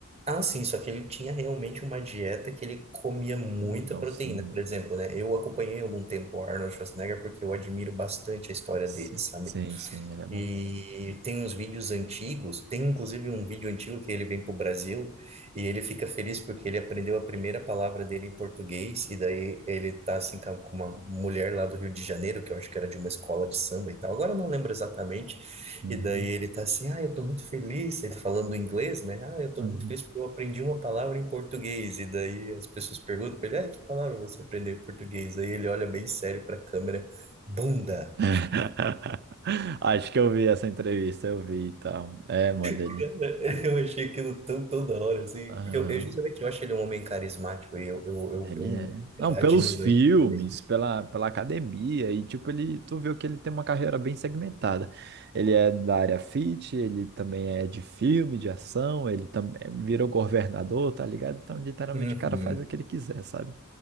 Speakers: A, on the right; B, on the right.
A: Ah, sim, só que ele tinha realmente uma dieta que ele comia muita
B: Não,
A: proteína.
B: sim.
A: Por exemplo, né? Eu acompanhei algum tempo o Arnold Schwarzenegger porque eu admiro bastante a história
B: S-
A: dele, sabe?
B: Sim, sim, ele é bom.
A: E tem uns vídeos antigos, tem inclusive um vídeo antigo que ele vem para o Brasil e ele fica feliz porque ele aprendeu a primeira palavra dele em português, e daí ele tá assim com a- com uma mulher lá do Rio de Janeiro, que eu acho que era de uma escola de samba e tal, agora eu não lembro exatamente,
B: Uhum,
A: e daí ele tá assim, ah, eu tô muito feliz, ele tá falando em inglês, né? Ah, eu tô
B: uhum.
A: muito feliz porque eu aprendi uma palavra em português, e daí as pessoas perguntam pra ele, ah, que palavra você aprendeu em português? Aí ele olha bem sério para a câmera, bunda.
B: <laughs> Acho que eu vi essa entrevista, eu vi e tal. É, mano, ele.
A: <laughs> Eu achei aquilo tão, tão da hora, assim,
B: Aham,
A: porque eu, eu justamente eu acho ele um homem carismático e eu, eu, eu,
B: ele
A: eu me-
B: é. Não,
A: eh,
B: pelos
A: admiro
B: filmes,
A: isso dele.
B: pela, pela academia, e tipo, ele, tu viu que ele tem uma carreira bem segmentada. Ele é da área fit, ele também é de filme, de ação, ele também virou governador, tá ligado? Então, literalmente,
A: Uhum.
B: o cara faz o que ele quiser, sabe?